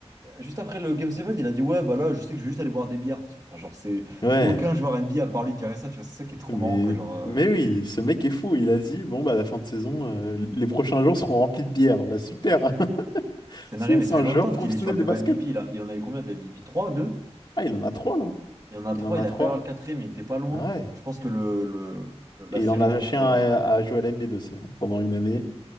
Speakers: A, on the right; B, on the left.
A: Juste après le Game 7, il a dit, ouais, bah là, je sais que je vais juste aller boire des bières. Tu vois, Enfin, genre, c'est.
B: Ouais.
A: Aucun joueur NBA à part lui dirait ça, tu vois. C'est ça qui est trop
B: Mais,
A: marrant, quoi. Genre. euh,
B: mais oui, ce mec est fou. Il a dit, bon, bah, à la fin de saison, euh, les prochains jours seront remplis de bière. Bah, super. <laughs>
A: C'est
B: C'est
A: narré, mais
B: c'est
A: ça
B: un
A: fait combien
B: joueur
A: de temps
B: professionnel
A: qu'il est sur le
B: de
A: débat
B: basket.
A: MVP, là? Il en avait combien de MVP? trois deux
B: Ah, il en a trois, là.
A: Il y en a
B: Il
A: trois
B: en a
A: il a
B: trois.
A: failli avoir le quatrième, il était pas loin.
B: Ah Ouais.
A: Je pense que le, le- la
B: Et
A: série
B: il en a lâché
A: contre.
B: un
A: euh,
B: à, à Joel Embiid aussi, hein, pendant une année.